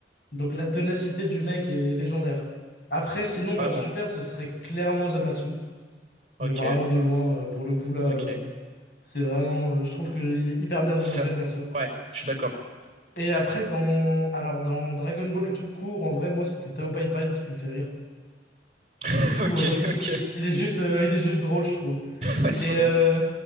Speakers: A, on the left; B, on the right.
A: donc la ténacité du mec est légendaire. Après, sinon,
B: Vraiment.
A: dans Super, ce serait clairement Zamatsu,
B: OK.
A: mais vraiment de loin, euh, pour le coup, là...
B: OK.
A: euh, C'est vraiment, euh, je trouve qu'il est hyper bien développé
B: Ça
A: le perso.
B: Ouais, je suis d'accord.
A: Et après, dans, alors, dans Dragon Ball tout court, en vrai, moi c'était Tao Pai Pai parce qu'il me fait rire.
B: <laughs>
A: Du coup,
B: OK,
A: euh,
B: OK.
A: <laughs> il est juste, euh, il est juste drôle, je trouve.
B: Ouais, c'est
A: Et
B: vrai.
A: euh,